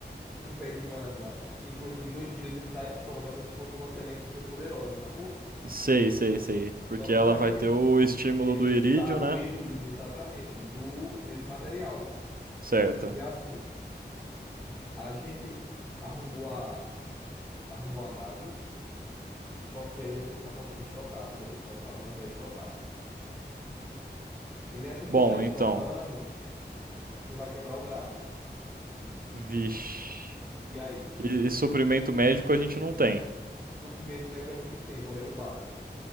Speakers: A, in the centre; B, on the right (about 55°).
A: um pé de manga, em coisa de dois dias ele tá pronto. É como se fosse uma semente super poderosa, sacou?
B: Sei, sei, sei. Porque
A: Só que
B: ela
A: pra
B: vai
A: gente
B: ter o estímulo
A: é,
B: do irídio,
A: exa, do
B: né?
A: erívio, exatamente, do desse material.
B: Certo.
A: E assim, a gente arrumou a arrumou a nave, só que ainda tá faltando estocar. Tu vai ter que começar a me ajudar a estocar. E nessa que
B: Bom,
A: tu tá estocando,
B: então.
A: tu vai quebrar o braço.
B: Vixe.
A: E aí?
B: E, e suprimento médico a gente não tem.
A: Suprimento médico que a gente tem, porém o básico.